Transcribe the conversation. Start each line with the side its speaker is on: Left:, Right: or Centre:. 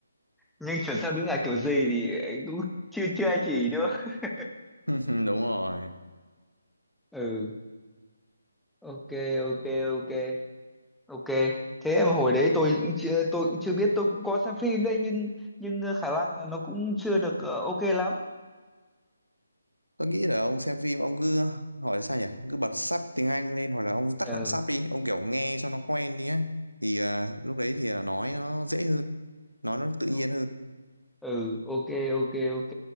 Centre: nhưng chuẩn xác đúng là kiểu gì thì anh cũng chưa chưa ai chỉ nữa <laughs>
Right: <laughs> đúng rồi
Centre: ừ ok ok ok ok thế mà hồi đấy tôi cũng chưa tôi cũng chưa biết tôi cũng có xem phim đấy nhưng nhưng ờ, khả năng là nó cũng chưa được ờ, ok lắm
Right: tôi nghĩ là ông xem phim ông cứ hỏi sao nhỉ cứ bật sub tiếng Anh lên hoặc là ông tắt
Centre: ừ
Right: hẳn sub đi ông kiểu nghe cho nó quen đi á thì à, lúc đấy thì là nói nó dễ hơn nói nó tự nhiên
Centre: ừ
Right: hơn
Centre: ừ ok ok ok